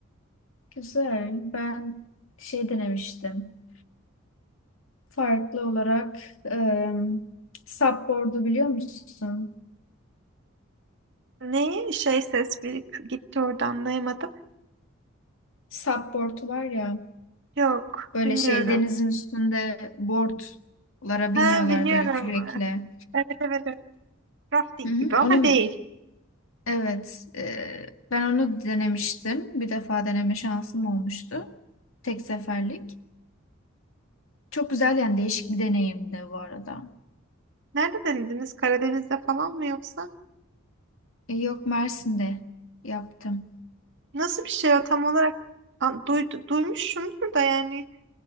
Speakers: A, on the left; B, on the right.
A: Güzel. Ben şey denemiştim. Farklı olarak e, supboard'u biliyor musun?
B: Neyi? Şey ses bir gitti orada anlayamadım.
A: Supboard var ya
B: Yok
A: böyle
B: bilmiyorum.
A: şey denizin üstünde boardlara
B: Ha
A: biniyorlar
B: biliyorum.
A: böyle kürekle.
B: Evet evet evet. Rafting
A: Hı hı,
B: gibi ama
A: onu
B: değil.
A: evet e, ben onu denemiştim. Bir defa deneme şansım olmuştu. Tek seferlik. Çok güzel yani değişik bir deneyimdi bu arada.
B: Nerede denediniz? Karadeniz'de falan mı yoksa?
A: E, yok Mersin'de yaptım.
B: Nasıl bir şey o tam olarak? An- Duydu, duymuşumdur da yani